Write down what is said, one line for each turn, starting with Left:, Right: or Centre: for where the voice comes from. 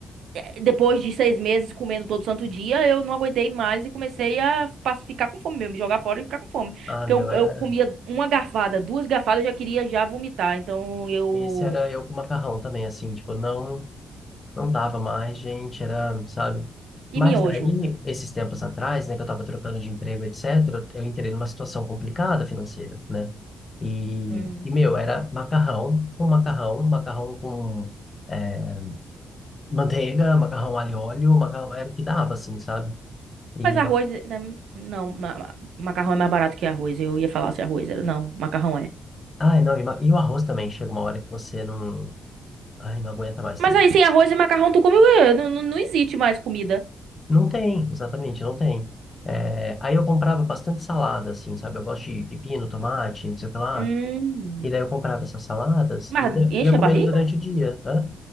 Right: É, Depois de seis meses comendo todo santo dia, eu não aguentei mais e comecei a pas- ficar com fome mesmo, jogar fora e ficar com fome.
Left: Ah,
Right: Porque
Left: meu,
Right: eu,
Left: era.
Right: eu comia uma garfada, duas garfadas, eu já queria já vomitar. Então eu...
Left: Esse era eu com macarrão também, assim, tipo, não. Não dava mais, gente, era, sabe? Mas
Right: E miojo.
Left: daí, esses tempos atrás, né, que eu tava trocando de emprego, etc., eu entrei numa situação complicada financeira, né? E,
Right: Hum.
Left: e meu, era macarrão, um macarrão, um macarrão com eh, manteiga, macarrão alho e óleo, macarrão, era o que dava, assim, sabe? E,
Right: Mas arroz...
Left: eu-
Right: né, né, Não, ma- ma- macarrão é mais barato que arroz. Eu ia falar se arroz era... Não, macarrão é.
Left: ai, não, e, ma- e o arroz também, chega uma hora que você não, ai, não aguenta mais
Right: Mas
Left: também.
Right: aí sem arroz e macarrão tu come... o quê? Não, não, não existe mais comida.
Left: Não tem, exatamente, não tem. É, aí eu comprava bastante salada, assim, sabe? Eu gosto de pepino, tomate, não sei o que lá.
Right: Hum.
Left: E daí eu comprava essas saladas
Right: Mas
Left: e ia
Right: enche
Left: ia comendo
Right: a barriga?
Left: durante o dia. Hã?